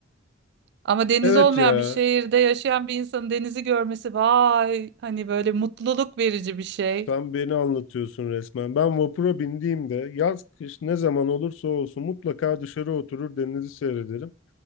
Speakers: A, on the right; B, on the left.
A: Ama deniz
B: Evet
A: olmayan
B: ya,
A: bir şehirde yaşayan bir insanın denizi görmesi vay hani böyle mutluluk verici bir şey.
B: sen beni anlatıyorsun resmen. Ben vapura bindiğimde yaz kış ne zaman olursa olsun mutlaka dışarı oturur denizi seyrederim.